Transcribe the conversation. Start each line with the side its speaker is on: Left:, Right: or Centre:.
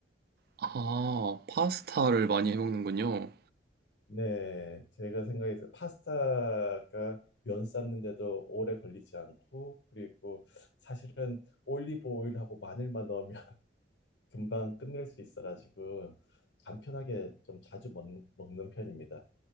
Right: 아, 파스타를 많이 해먹는군요.
Left: 네, 제가 생각해서 파스타가 면 삶는데도 오래 걸리지 않고, 그리고 사실은 올리브 오일하고 마늘만 넣으면 금방 끝낼 수 있어가지고 간편하게 좀 자주 먹, 먹는 편입니다.